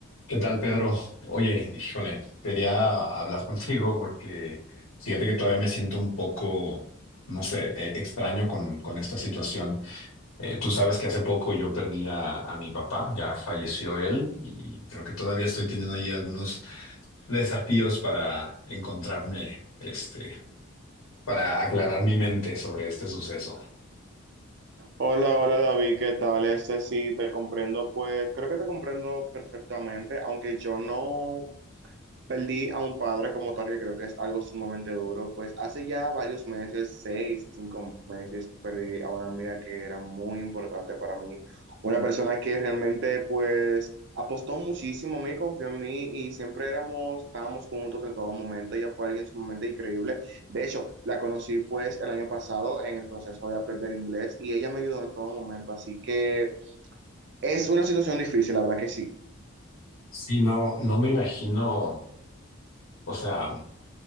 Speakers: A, on the left; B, on the right.
A: ¿Qué tal, Pedro? Oye, híjole, quería hablar contigo porque fíjate que todavía me siento un poco, no sé, eh, extraño con, con esta situación. Eh, tú sabes que hace poco yo perdí a, a mi papá, ya falleció él y creo que todavía estoy teniendo ahí algunos desafíos para encontrarme, este, para aclarar mi mente sobre este suceso.
B: Hola, hola David, ¿qué tal? Este sí, te comprendo, pues creo que te comprendo perfectamente, aunque yo no, Perdí a un padre como tal, que creo que es algo sumamente duro. Pues hace ya varios meses, seis, cinco meses, perdí a una amiga que era muy importante para mí. Una persona que realmente, pues, apostó muchísimo a mí, confió en mí y siempre éramos, estábamos juntos en todo momento. Ella fue alguien sumamente increíble. De hecho, la conocí, pues, el año pasado en el proceso de aprender inglés y ella me ayudó en todo momento. Así que es una situación difícil, la verdad que sí.
A: Sí, no, no me imagino, o sea.